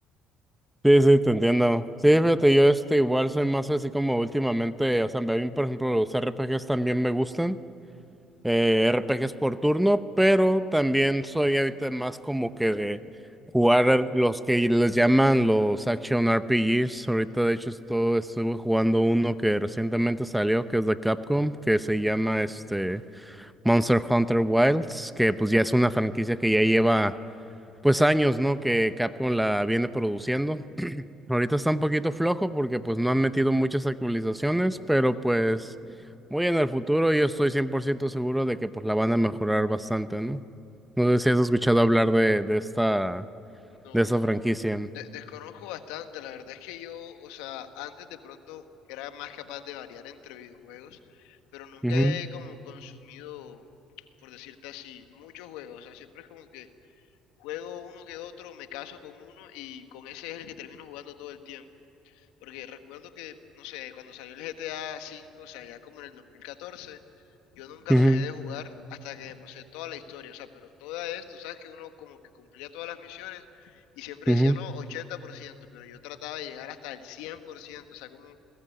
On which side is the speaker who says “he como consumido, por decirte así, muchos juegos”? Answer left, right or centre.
Left